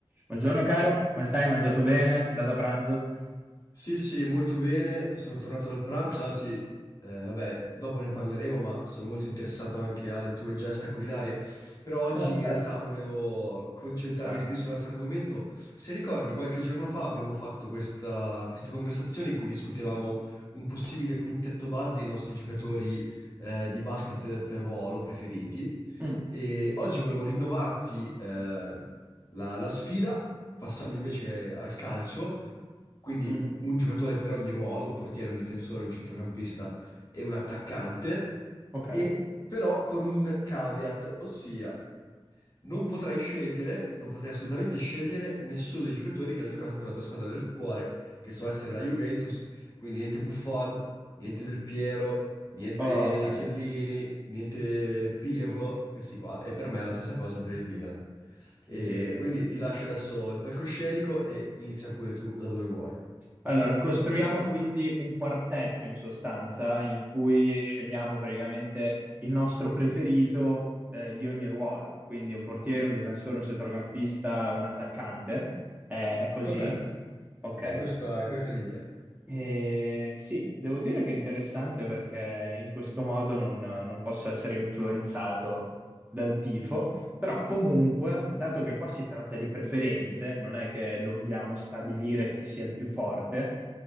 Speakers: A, on the right (about 15°); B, on the left (about 40°).
A: Buongiorno caro, come stai? Hai Mangiato bene? Sei andato a pranzo?
B: Sì, sì, molto bene, sono tornato dal pranzo, anzi, eh, vabbè, dopo ne parleremo, ma sono molto interessato anche alle tue gesta culinarie. Però oggi
A: <laughs>
B: in
A: Ah,
B: realtà volevo concentrarmi
A: Vai.
B: di più sull'altro argomento. Se ricordi, qualche giorno fa abbiamo fatto questa, questa conversazione in cui discutevamo un possibile quintetto base dei nostri giocatori, eh, di basket per ruolo preferiti.
A: mm,
B: E oggi volevo rinnovarti, eh, la la sfida, passando invece al calcio quindi
A: mhm,
B: un giocatore per ogni ruolo, un portiere, un difensore, un centrocampista e un attaccante,
A: Ok,
B: e però con un caveat, ossia non potrai scegliere, non potrai assolutamente scegliere nessuno dei giocatori che hanno giocato per la tua squadra del cuore, che so essere la Juventus, quindi niente Buffon, niente Del Piero, niente
A: Oh, ok.
B: Chiellini, niente Pirlo, questi qua, e per me è la stessa cosa per il Milan. E
A: Sì.
B: quindi ti lascio adesso il palcoscenico e inizia pure tu da dove vuoi.
A: Allora, costruiamo quindi un quartetto in sostanza in cui scegliamo praticamente il nostro preferito eh, di ogni ruolo, quindi un portiere, un difensore, un centrocampista, un attaccante. Eh, è così?
B: Corretto.
A: Ok.
B: È questa, è questa l'idea.
A: Eh, sì, devo dire che è interessante perché in questo modo non, non posso essere influenzato dal tifo, però comunque, dato che qua si tratta di preferenze, non è che dobbiamo stabilire chi sia il più forte,